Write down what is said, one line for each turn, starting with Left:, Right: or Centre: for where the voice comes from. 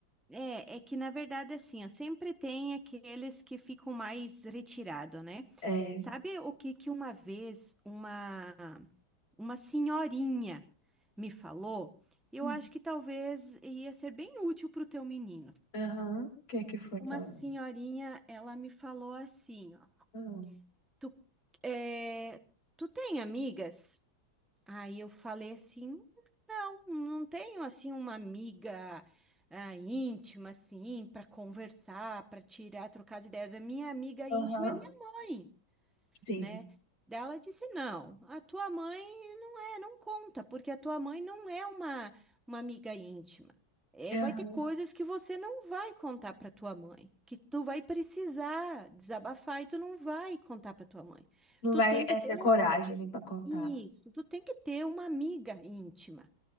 Centre: É, é que na verdade assim, ó, sempre tem aqueles que ficam mais retirados, né?
Left: É,
Centre: Sabe o que que uma vez uma uma senhorinha me falou? Eu
Left: hum,
Centre: acho que talvez ia ser bem útil para o teu menino.
Left: aham, o que é que foi,
Centre: Uma
Left: tá?
Centre: senhorinha, ela me falou assim, ó,
Left: Não.
Centre: tu, é, tu tem amigas? Aí eu falei assim, não, não tenho assim uma amiga ah, íntima assim para conversar, para tirar, trocar as ideias. A minha amiga íntima
Left: Aham,
Centre: é minha mãe,
Left: sim,
Centre: né? Daí Ela disse não, a tua mãe não é, não conta, porque a tua mãe não é uma uma amiga íntima. É,
Left: aham.
Centre: vai ter coisas que você não vai contar para tua mãe, que tu vai precisar desabafar e tu não vai contar para tua mãe.
Left: Não
Centre: Tu
Left: vai
Centre: tem que
Left: é,
Centre: ter
Left: ter coragem nem pra contar.
Centre: isso, tu tem que ter uma amiga íntima.